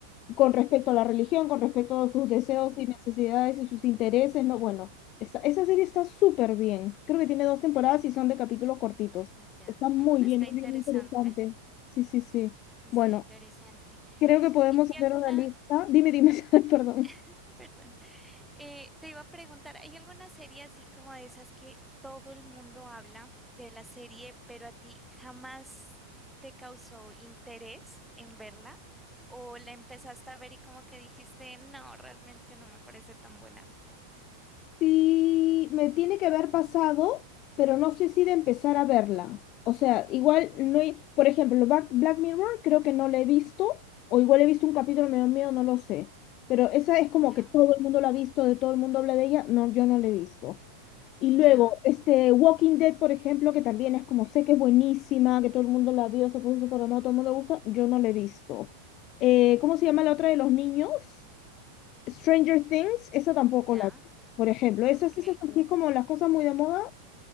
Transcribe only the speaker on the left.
con respecto a la religión, con respecto a sus deseos
y necesidades y sus intereses, ¿no? Bueno, esa, esa serie está súper bien, creo que tiene dos temporadas y son de capítulos cortitos,
está muy
bien, es
bien interesante, sí, sí, sí.
Bueno,
Creo que podemos
hacer
una lista. Dime, dime, <laughs> perdón.
Sí, me tiene que haber pasado, pero no sé si de empezar a verla. O sea, igual no hay, por ejemplo, Black, Black Mirror creo que no la he visto, o igual he visto un capítulo, me dio miedo, no lo sé. Pero esa es como
que todo el mundo la ha visto, de todo el mundo habla de ella. No, yo no la he visto. Y luego,
este Walking Dead, por ejemplo, que también es como sé que es buenísima, que todo el mundo la vio, se puso súper de moda, todo el mundo le gusta, yo no la he visto. Eh, ¿cómo se llama la otra de los niños? Stranger Things, esa tampoco
la vi. Por ejemplo, esas,
esas así como las cosas muy de moda,